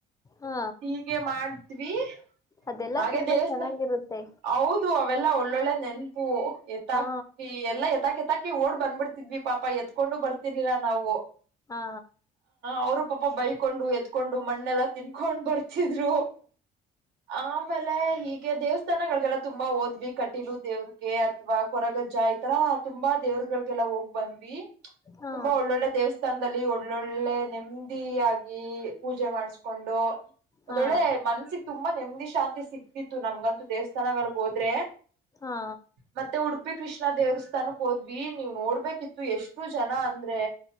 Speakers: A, on the left; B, on the right.
A: ಹಾ
B: ಹೀಗೆ ಮಾಡ ೀ
A: ಅದೆಲ್ಲಾ
B: ಹಾಗೆ
A: ತುಂಬಾ
B: ದೇವಸ್ಥ
A: ಚೆನ್ನಾಗಿರುತ್ತೆ
B: ಹೌದು ಅವೆಲ್ಲ ಉಳ್ಳಳ್ಳ ನೆನ್ಪೂು ಎತ್ತಾಕ
A: ಹಾ
B: ಎಲ್ಲ ಎತ್ತಾಕ್ ಎತಾಕಿ ಓಡ್ ಬಂದ್ಬಡ್ಿದ್ವಿ ಪಾಪ ಎತ್ಕೊಂಡ ಬರ್ ಇರ್ಲಿಲ್ಲ ನಾವು
A: ಹಾ
B: ಅವರು ಪಾಪ ಬೈಕೊಂಡು ಹ ಎತ್ <unintelligible> ಮಣ್ಣೆಲ್ಲ ತಿನ್ಕೊಂಡ್ ಬರ್ತ ಇದ್ರು ಆಮೇಲೆ ಈಗ ದೇವಸ್ಥಾನಗಳಿಗೆಲ್ಲ ತುಂಬಾ ಹೋದ್ವಿ ಕಟಿಲು ದೇವ್ರಗೆ ಅಥ್ವಾ ಕೊರಗಜ್ಜ ಇತರ ತುಂಬಾ ದೇವ್ರಗಳಿಗೆಲ್ಲಾ ಹೋಗ್ ಬಂದ್ವಿ ಹ್ಮ
A: ಹಾ
B: ತುಂಬಾ ಒಳ್ಳೊಳ್ಳೆ ದೇವಸ್ಥಾನದಲ್ಲಿ ಒಳ್ಳೊಳ್ಳೆ ನೆಮ ಆಗಿ ಪೂಜೆ ಮಾಡಿಸಕೊಂಡು ಒಂದೊಳ್ಳೆ
A: ಹಾ
B: ಮನ್ಸಿಗೆ ತುಂಬಾ ನೆಮ್ಮದಿ ಶಾಂತಿ ಸಿಕ್ತಿತ್ತು ನಮ್ಗಂತೂ ದೇವಸ್ಥಾನಗಳಗ್ ಹೋದ್ರೆ
A: ಹಾ
B: ಮತ್ತೆ ಉಡುಪಿ ಕೃಷ್ಣ ದೇವ್ರ ತನಕ್ ಹೋದ್ವಿ ನೀವು ನೋಡ್ಬೇಕಿತ್ತು ಎಷ್ಟು ಜನ ಅ ಅಂದ್ರೆ